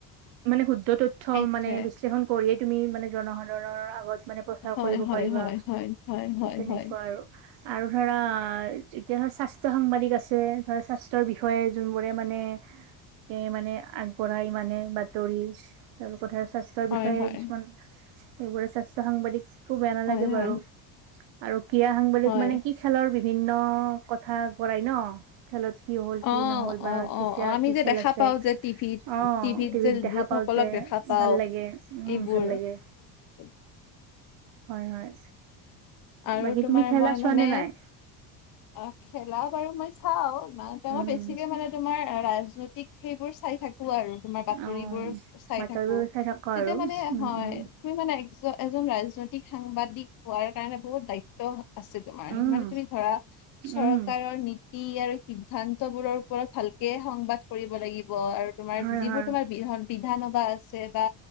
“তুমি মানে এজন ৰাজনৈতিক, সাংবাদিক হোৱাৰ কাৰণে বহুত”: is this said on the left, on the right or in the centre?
Left